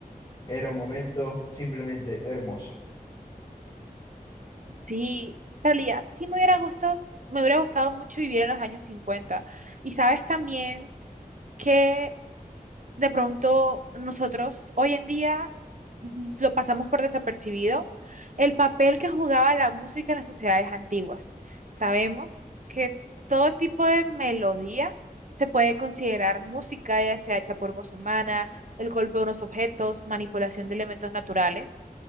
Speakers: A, on the left (about 30°); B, on the right (about 55°).
A: era un momento simplemente hermoso.
B: Sí, en realidad, sí me hubiera gustado, me hubiera gustado mucho vivir en los años 50. Y sabes también que de pronto nosotros hoy en día mm, lo pasamos por desapercibido, el papel que jugaba la música en las sociedades antiguas. Sabemos que todo tipo de melodía se puede considerar música, ya sea hecha por voz humana, el golpe de unos objetos, manipulación de elementos naturales.